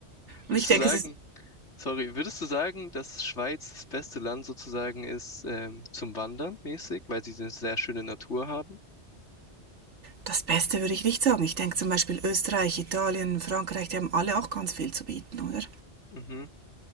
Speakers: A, on the left; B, on the right.
A: Würdest
B: Und ich denke,
A: du sagen,
B: es ist
A: sorry, würdest du sagen, dass Schweiz das beste Land sozusagen ist, ähm, zum Wandern mäßig, weil sie eine sehr schöne Natur haben?
B: Das Beste würde ich nicht sagen. Ich denke zum Beispiel Österreich, Italien, Frankreich, die haben alle auch ganz viel zu bieten, oder?
A: Mhm.